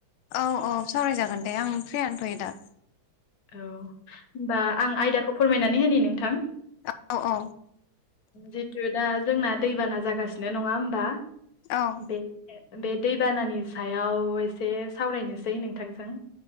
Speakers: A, on the left (about 80°); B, on the left (about 55°).
A: औ औ सावरायजागोन दे आं फ्रियानोथ'यो दा।
B: औ होनबा आं आयदाखौ फोरमायनानै होनि नोंथां
A: अ अ
B: जितु दा जोंना दैबाना जागासिनो नंङा होमबा
A: औ
B: बे बे दैबानानि सायाव एसे सावरायनोसै नोंथांजों